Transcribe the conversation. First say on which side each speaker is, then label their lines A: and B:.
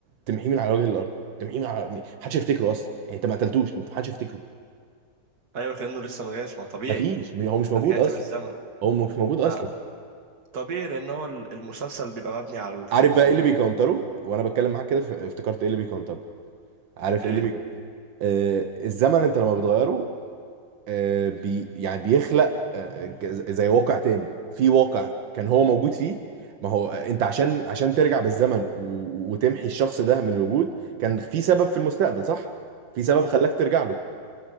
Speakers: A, on the right (about 85°); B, on the right (about 55°).
A: تمحيه من على وجه الارض تمحيه من على... محدش يفتكره اصلا يعني انت ما قتلتوش انت محدش يفتكره
B: ايوه كانه لسه ما جاش ما هو طبيعي
A: مفيش م- هو مش موجود
B: أنت رجعت
A: اصلا
B: بالزمن
A: هو مش موجود
B: ما
A: اصلا
B: طبيعي لان هو ال- المسلسل بيبقى مبني على الك...
A: عارف
B: ما
A: بقى
B: هو
A: ايه اللي بيكونتره وانا بتكلم معاك كده ف- افتكرت ايه اللي بيكونتره عارف
B: ايه
A: ايه اللي بيكونتره آه الزمن انت لما بتغيره آه، بي يعني بيخلق آه، ج- زي واقع تاني في واقع كان هو موجود فيه ما هو آه، انت عشان عشان ترجع بالزمن و- وتمحي الشخص ده من الوجود كان في سبب في المستقبل صح؟ في سبب
B: مهم.
A: خلاك ترجع له